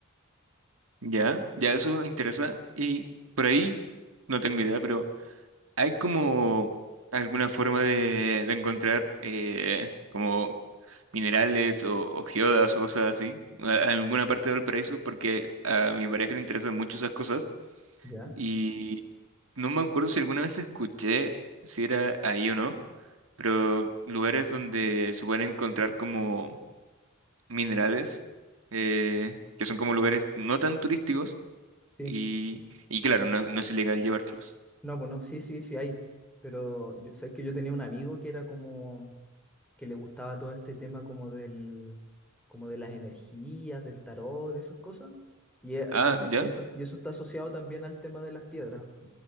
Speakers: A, on the right (about 80°); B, in the centre.
A: ya, ya eso me interesa. Y por ahí, no tengo idea, pero ¿hay como alguna forma de, de encontrar eh, como minerales o, o geodas o cosas así, a, a alguna parte del paraíso, porque a mi pareja le interesan mucho esas cosas
B: ¿Ya?
A: y no me acuerdo si alguna vez escuché si era ahí o no, pero lugares donde se pueden encontrar como minerales, eh, que son como lugares no tan turísticos
B: Sí.
A: y, y claro, no, no es ilegal llevártelos.
B: No, pues no, sí, sí, sí, ahí. Pero yo- sabéis que yo tenía un amigo que era como, que le gustaba todo este tema como del, como de las energías, del tarot, de esas cosas. Y, eh,
A: Ah,
B: como,
A: ya,
B: y eso, y eso está asociado también al tema de las piedras.